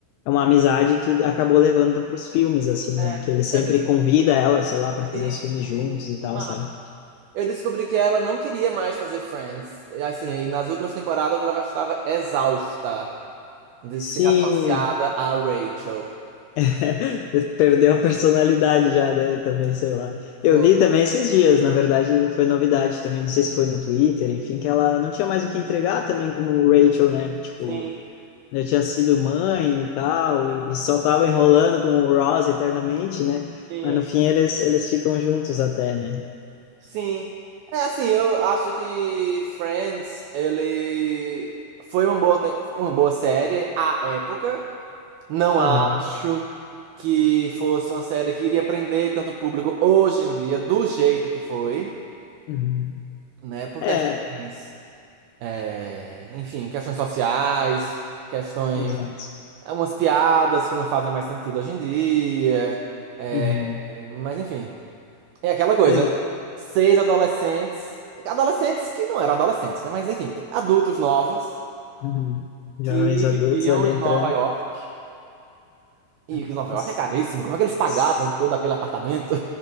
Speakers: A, on the left (about 85°); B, on the right (about 85°).
A: é uma amizade que acabou levando para os filmes, assim,
B: É.
A: né? Que ele sempre
B: Eu
A: convida ela, sei lá, para fazer
B: descobri.
A: os filmes juntos e tal,
B: Mano,
A: sabe?
B: eu descobri que ela não queria mais fazer Friends. E, Assim, aí nas últimas temporadas ela já estava exausta de ser
A: Sim,
B: associada a Rachel.
A: <laughs> perdeu a personalidade já, né? Também, sei lá.
B: Foi.
A: Eu vi também esses dias, na verdade, foi novidade também, não sei se foi no Twitter, enfim, que ela não tinha mais o que entregar também como Rachel, né? Tipo,
B: Sim.
A: já tinha sido mãe e tal, e, e só tava enrolando com o Ross eternamente, né?
B: Sim,
A: Mas no fim eles, eles ficam juntos até, né?
B: sim. É assim, eu acho que Friends, ele foi uma boa, te- uma boa série à época. Não
A: Aham.
B: acho que fosse uma série que iria prender tanto público hoje em dia, do jeito que foi,
A: Uhum.
B: né? Por
A: É,
B: questões, é, enfim, questões sociais, questões,
A: Exato.
B: umas piadas que não fazem mais sentido hoje em dia.
A: Uhum.
B: É, Mas enfim. É aquela coisa,
A: É,
B: né? Seis adolescentes, adolescentes que não eram adolescentes, né? Mas enfim, adultos novos
A: uhum. Jovens
B: que
A: adultos
B: viviam
A: ali
B: em
A: entrando,
B: Nova York. E
A: né?
B: Nova
A: s-
B: York é caríssimo. Como é que eles pagavam
A: s-
B: todo aquele apartamento?